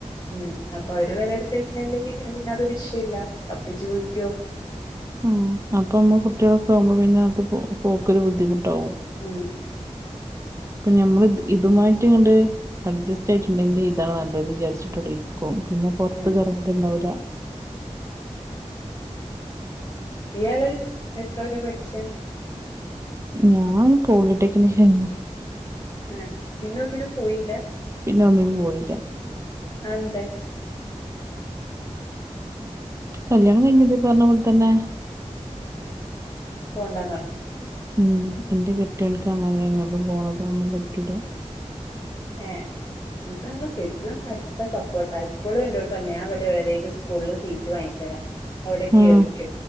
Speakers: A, on the left; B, on the right.
A: ഉം അപ്പൊ അവര് വരെ എടുത്ത കഴിഞ്ഞാല് പിന്ന അതൊ ഇശ്ശുയില്ല അപ്പി ചോദിക്കോ
B: ആഹ് അപ്പ നമ്മ കുട്ടികളൊക്കെ ആവുമ്പോ പിന്നെ അത് ഓക്കൊരു ബുദ്ധിമുട്ടാവും
A: ഉം
B: ഇപ്പൊ ഞമ്മൾ ഇതുമായിട്ട് ഇങ്ങട്ട് അഡ്ജസ്റ്റ് ആയിട്ടുണ്ടെങ്കിൽ ഇതാണ് നല്ലത് വിച്ചാരിച്ചിട്ടോടെ ഇരിക്കും പിന്നെ പുറത്ത്
A: ഉം
B: ക ഇറങ്ങലുണ്ടാവില്ല.
A: ഇയാള് എത്ര വരെ പഠിച്ചേ
B: ഞാൻ പോളിട്ടേക് കഴിഞ്ഞ
A: ആഹ് പിന്നെ ഒന്നിനു പോയില്ല.
B: പിന്നെ ഒന്നിനും പോയില്ല
A: അഅ്ന്തെ
B: കല്യാണം കഴിഞ്ഞത് പറഞ്ഞ പോലെ തന്നെ
A: പോണ്ടാന്ന്റ ഞ്ഞ്
B: ളംഎന്റെ കെട്ടിയണക്ക് അങ്ങനെ എങ്ങോട്ടും പോണത ഒന്നും പറ്റൂല
A: ഏഹ് ഇത് നമ്മളെ കെട്ടിയോൻ കട്ട സപ്പോർട്ടാ ഇപ്പോഴും എന്നോട് പറഞ്ഞ ഞൻ അവിടെ വെളേല് സ്കൂളിൽ സീറ്റ് വാങ്ങി തരാം. അവിട കയറിക്കൊ
B: ആഹ്